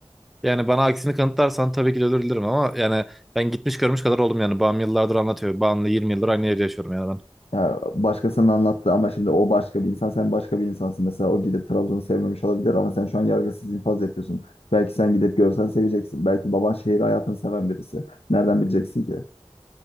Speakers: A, in the centre; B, on the left.
A: Yani bana aksini kanıtlarsan tabii ki de özür dilerim ama yani ben gitmiş görmüş kadar oldum yani. Babam yıllardır anlatıyor. Babamla 20 yıldır aynı yerde yaşıyorum yani ben.
B: Ya başkasının anlattı ama şimdi o başka bir insan, sen başka bir insansın. Mesela o gidip Trabzon'u sevmemiş olabilir ama sen şu an yargısız infaz yapıyorsun. Belki sen gidip görsen seveceksin. Belki baban şehir hayatını seven birisi. Nereden bileceksin ki? <laughs>